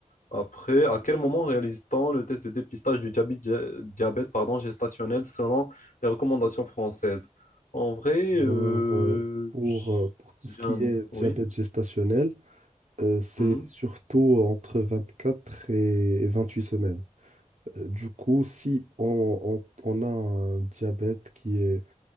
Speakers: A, on the left; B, on the right.
A: Après, à quel moment réalise-t-on le test de dépistage du diabète, diabète, pardon, gestationnel selon les recommandations françaises? En vrai, euh,
B: Alors, euh, pour,
A: j-
B: euh, pour tout ce
A: j'ai
B: qui
A: un...
B: est
A: Oui,
B: diabète gestationnel, Euh, c'est
A: mhm,
B: surtout entre 24 et et 28 semaines. Euh, Du coup, si on, on- on a un diabète qui est